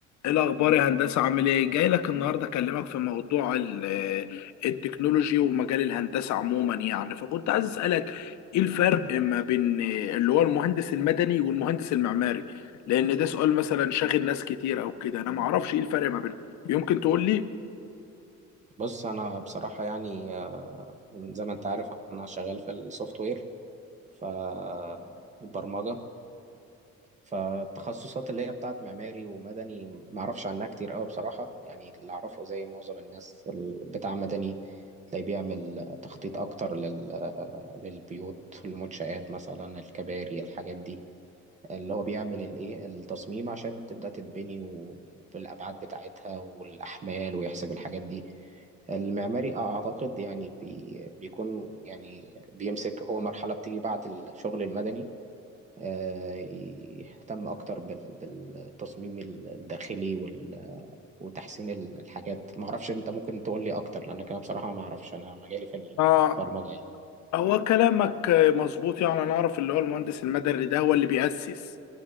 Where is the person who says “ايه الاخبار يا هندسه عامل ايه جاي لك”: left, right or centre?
Left